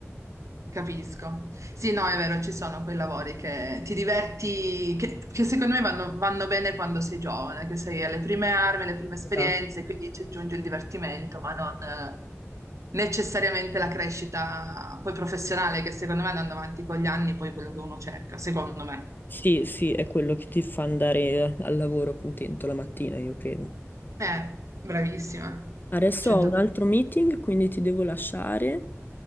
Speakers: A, on the right; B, on the left.
A: Capisco. Sì, no, è vero, ci sono quei lavori che ti diverti, che, che secondo me vanno, vanno bene quando sei giovane, che sei alle prime armi, alle prime esperienze,
B: Esatto.
A: quindi ci aggiunge il divertimento, ma non eh, necessariamente la crescita poi professionale, che secondo me andando avanti con gli anni, poi è quello che uno cerca, secondo me.
B: Sì, sì, è quello che ti fa andare al lavoro contento la mattina, io credo.
A: Eh, bravissima.
B: Adesso
A: 100%.
B: ho un altro meeting, quindi ti devo lasciare